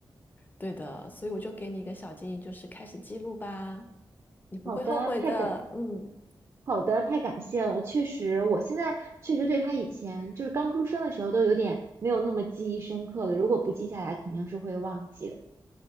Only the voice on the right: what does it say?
好的，太感，
好的，太感谢了。确实，我现在确实对他以前就是刚出生的时候都有点没有那么记忆深刻了。如果不记下来，肯定是会忘记的。